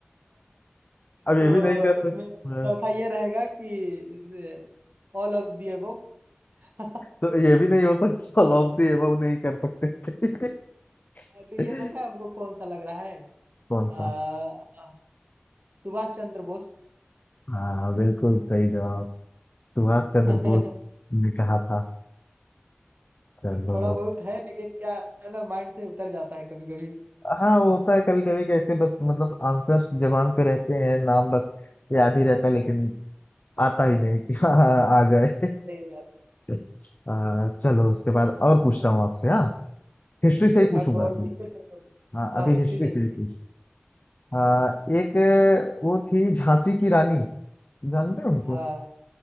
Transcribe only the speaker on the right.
तो
उसमें चौथा
ये रहेगा कि ऑल ऑफ दी अबव <laughs>
तो ये
पता है हमको कौन सा लग रहा है
आ,
सुभाष चंद्र बोस
<laughs>
थोड़ा बहुत है लेकिन क्या है ना माइंड से उतर जाता है कभी कभी
सही बात
है।
एक
आध दो और
पूछते हैं।
हाँ
हिस्ट्री
से ही
पूछिए
हाँ
हाँ